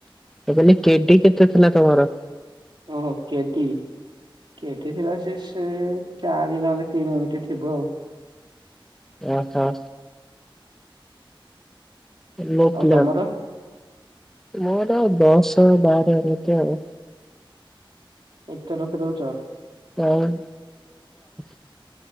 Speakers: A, in the centre; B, on the right.
A: ମୁଁ କହିଲେ କେଡି କେତେ ଥିଲା ତମର?
B: ଓହୋ କେଟି କେଟି ଥିଲା ସେ ହୁଁ ଚାରି ନହେଲେ ତିନି ଏମିତି ଥିବ ଆଉ।
A: ଏ ଆଛା। <unintelligible>
B: ଆଉ ତମର
A: ମୋର ଦଶ ବାର ଏମିତି ଆଉ।
B: ଏତେ ରଖିଦଉଛ
A: ଆଉ <unintelligible>